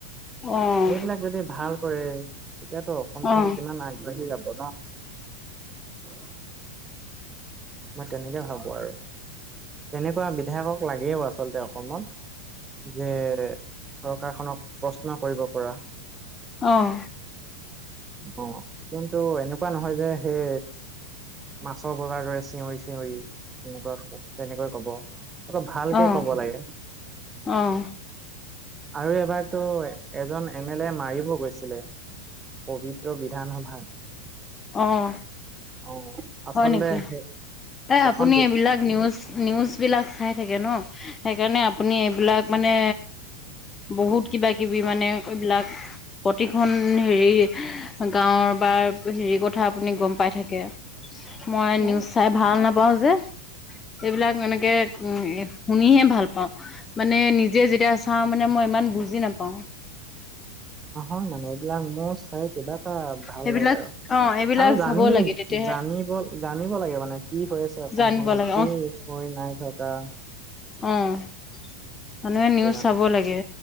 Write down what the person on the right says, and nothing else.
সেইবিলাক যদি ভাল কৰে তেতিয়াতো অসমখন
কিমান আগবাঢ়ি যাব <unintelligible> মই, তেনেকে ভাবো আৰু তেনেকুৱা বিধায়কক লাগেও আচলতে অসমত যে, চৰকাৰখনক প্ৰশ্ন কৰিব পৰা
অ', কিন্তু এনেকুৱা নহয় যে সেই মাছৰ বজাৰ দৰে চিঞৰি চিঞৰি এনেকুৱা ক তেনেকৈ কব অলপ ভালকে
কব লাগে
আৰু এবাৰতো এজন এম এল এ মাৰিব গৈছিলে পবিত্ৰ বিধানসভাত
অ আচলতে
সেই
এখন
অ
অ', মানে, এইবিলাক মোৰ চাই কিবা এটা ভাল
লাগে আৰু
আৰু জানি
জানিব জানিব লাগে মানে কি হৈ আছে অসমখনত
কি হৈ নাই থকা
সেইটোৱে
মানে